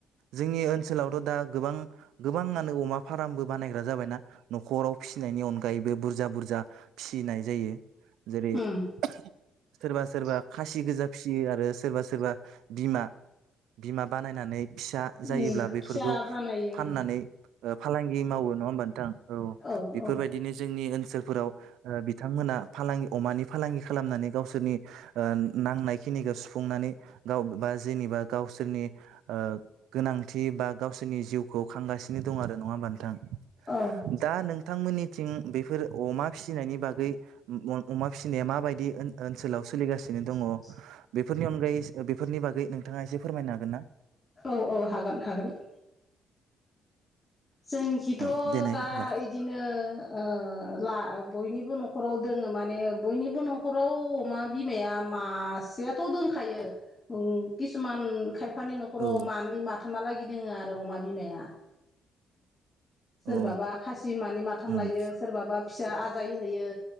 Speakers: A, on the right; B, on the left.
A: जोंनि ओनसोलावथ' दा गोबां-गोबाङानो अमा फारामबो बानायग्रा जाबायना न'खराव फिसिनायनि अन गायैबो बुरजा बुरजा फिसिनाय जायो जेरै
B: उम
A: <unintelligible> सोरबा सोरबा खासि गोजा फिसियो आरो सोरबा सोरबा बिमा बिमा बानायनानै फिसा
B: उम
A: जायोब्ला
B: फिसा
A: बेफोरखौ
B: बानायो
A: फाननानै फालांगि मावो नंङा होमबा नोंथां?
B: औ
A: बेफोरबायदिनो
B: औ
A: जोंनि ओनसोलफोराव बिथांमोना फालांगि अमानि फालांगि खालामनानै गावसोरनि‌ ओ नांनाय खिनिखौ सुफुंनानै गाव बा जेनेबा गावसोरनि ओ गोनां थि गावसोरनि जिउखौ खांगासिनो दं आरो नङा होमा नोंथां
B: औ
A: दा नोंथांमोननिथिं बेफोर अमा फिसिनायनि बागै अमा फिसिनाया माबायदि ओनसोलाव सोलिगासिनो दङ
B: <unintelligible>
A: बेफोरनि अनगायै बेफोरनि बागै नोंथाङा एसे फोरमायनो हागोन ना
B: औ औ हागोन हागोन <inaudible> जोंनिखिथ'
A: औ देनाय
B: दा
A: होनबा
B: इदिनो ओ ला बयनिबो न'खराव दोङो माने बयनिबो न'खराव अमा बिमाया मासेयाथ' दखायो किसुमान खायफानि न'खाव
A: औ
B: मानै माथ थामालागि दङो आरो अमा बिमाया सोरबाबा
A: औ
B: खासि मानि माथाम
A: उम
B: लायो सोरबाबा फिसा आजाय होयो